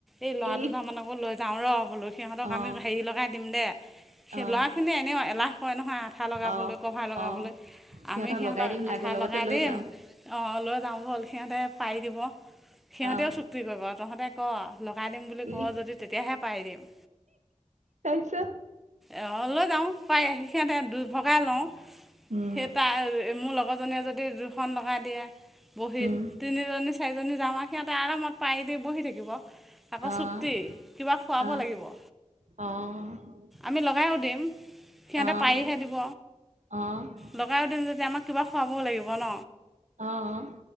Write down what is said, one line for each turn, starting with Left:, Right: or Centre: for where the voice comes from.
Centre: এই ল'ৰা
Right: ই
Centre: দুটামানকো লৈ যাওঁ ৰ, সিহঁতক
Right: অ',
Centre: আমি হেৰি লগাই দিম দে।
Right: অ',
Centre: সেই ল'ৰাখিনিয়ে এনেও এলাহ কৰে নহয়, আঠা লগাবলৈ
Right: অ',
Centre: কভাৰ
Right: অ',
Centre: লগাবলে। আমি সিহঁতক
Right: লগাই দিম লাগে
Centre: আঠা
Right: লগতে
Centre: লগাই
Right: লৈ
Centre: দিম,
Right: যাম।
Centre: অ', লৈ যাওঁ ব'ল সিহঁতে পাৰি দিব। সিহঁতেও
Right: অ',
Centre: চুক্তি কৰিব আও তহঁতে ক। লগাই দিম বুলি ক
Right: ই
Centre: যদি, তেতিয়াহে পাৰি দিম।
Right: তাৰপিছত।
Centre: অ', লৈ যাওঁ পাই, সিহঁতে দুই ভগাই লওঁ।
Right: উম,
Centre: সেই তাইৰ মোৰ লগ লগৰজনীয়ে যদি দুখন লগাই দিয়ে, বহীত,
Right: উম,
Centre: তিনিজনী চাৰিজনী যাওঁ আৰু সিহঁতে আৰামত পাৰি দি বহি থাকিব, আকৌ
Right: অ',
Centre: চুক্তি কিবা খুৱাব
Right: অ',
Centre: লাগিব।
Right: অ'।
Centre: আমি লগায়ো দিম, সিহঁতে
Right: অ',
Centre: পাৰিহে দিব।
Right: অ'।
Centre: লগাইও দিম যদি আমাক কিবা খোৱাবও লাগিব ন।
Right: অ',